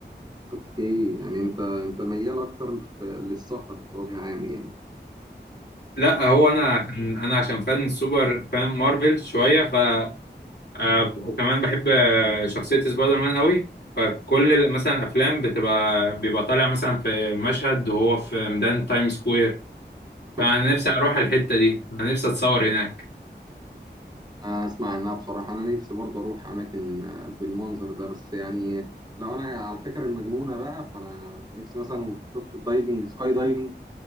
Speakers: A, on the right; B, on the left.
A: اوكي يعني انت انت ميال اكتر في- للسفر بوجه عام يعني
B: لا هو انا عشان انا عشان فان سوبر فان مارفل شويه ف آه، وكمان بحب آه، شخصيه سبايدر مان قوي فكل ال- مثلا الافلام بتبقى بيبقى طالع مثلا في مشهد وهو في ميدان تايم سكوير
A: طب
B: فانا نفسي اروح الحتة دي انا نفسي اتصور هناك
A: اسمع عنها بصراحة انا نفسي برضه اروح اماكن آه، بالمنظر ده بس يعني لو انا على الفكرة المجنونة بقى فانا نفسي مثلا شفت الدايفنج سكاي دايفنج